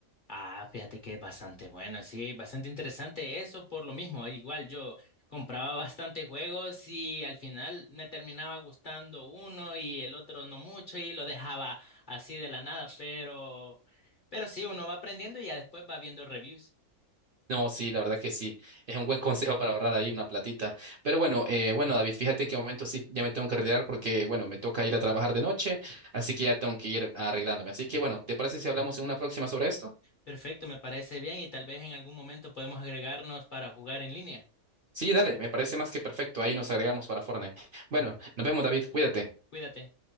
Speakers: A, on the left (about 50°); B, on the right (about 55°).
A: Ah, fíjate que es bastante bueno, sí, bastante interesante eso por lo mismo. eh, Igual yo compraba bastante juegos y al final me terminaba gustando uno y el otro no mucho y lo dejaba así de la nada, pero, pero sí, uno va aprendiendo y ya después va viendo reviews.
B: No, sí, la verdad que sí. Es un buen <laughs> consejo para ahorrar ahí una platita. Pero bueno, eh, bueno, David, fíjate que de momento sí, ya me tengo que retirar porque, bueno, me toca ir a trabajar de noche, así que ya tengo que ir arreglándome. Así que bueno, ¿te parece si hablamos en una próxima sobre esto?
A: Perfecto, me parece bien y tal vez en algún momento podemos agregarnos para jugar en línea.
B: Sí, dale, me parece más que perfecto. Ahí nos agregamos para Fortnite. Bueno, nos vemos, David, cuídate.
A: Cuídate.